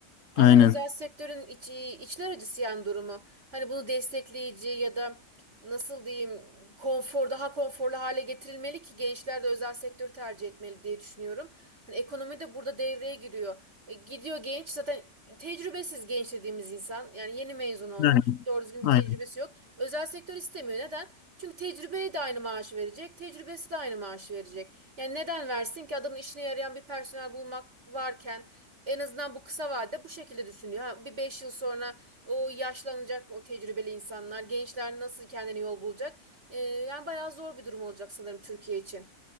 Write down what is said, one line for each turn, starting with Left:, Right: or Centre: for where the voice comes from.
Right: Ama
Left: Aynen.
Right: özel sektörün iç, içler acısı yani durumu. Hani bunu destekleyici ya da nasıl diyeyim konfor daha konforlu hale getirilmeli ki gençler de özel sektörü tercih etmeli diye düşünüyorum. Hani ekonomi de burada devreye giriyor. E, gidiyor genç zaten tecrübesiz genç dediğimiz insan yani yeni mezun olmuş
Left: Yani,
Right: doğru düzgün bir
Left: aynen.
Right: tecrübesi yok. Özel sektör istemiyor neden? Çünkü tecrübeye de aynı maaşı verecek tecrübesi de aynı maaşı verecek. Yani neden versin ki adamın işine yarayan bir personel bulmak varken en azından bu kısa vadede bu şekilde düşünüyor. Ha, bir 5 yıl sonra o yaşlanacak o tecrübeli insanlar, gençler nasıl kendine yol bulacak? Ee, yani bayağı zor bir durum olacak sanırım Türkiye için.